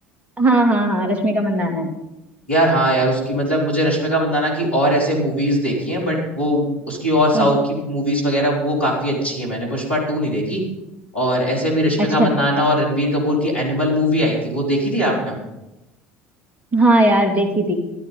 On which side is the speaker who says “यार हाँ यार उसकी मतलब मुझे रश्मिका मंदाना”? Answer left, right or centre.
Left